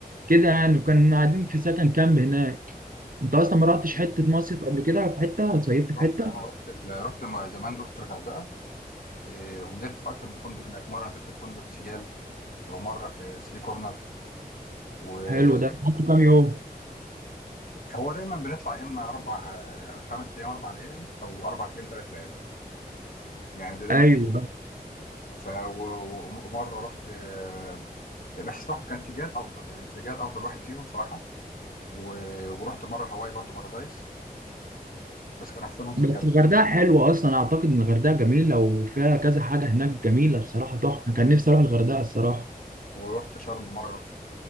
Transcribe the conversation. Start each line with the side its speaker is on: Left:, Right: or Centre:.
Right: كده يعني وكنا قاعدين في سكن كامب هناك انت اصلا ما رحتش حته مصيف قبل كده في حته صيفت في
Left: رحت
Right: حته
Left: انا رحت ال... رحت مع زمان رحت الغردقه إيه، ونزلت في اكتر من فندق هناك مره نزلت في فندق سيجال ومره في ثري كورنر و
Right: حلو ده قعدت كام يوم
Left: هو دايما بنطلع يا اما اربع خمس ايام اربع ليالي او اربع ايام ثلاث ليالي يعني ده دايما
Right: ايوه
Left: في ف و- و- ومره رحت آه، بس صح كان سيجال افضل يعني سيجال افضل واحد فيهم صراحه و- ورحت مره هواي برضو بارادايس بس كان احسنهم سيجال
Right: بس
Left: الصراحه
Right: الغردقه حلوه اصلا اعتقد ان الغردقه جميله وفيها كذا حاجه هناك جميله بصراحه تحفه كان نفسي اروح الغردقه الصراحه
Left: ورحت شرم مره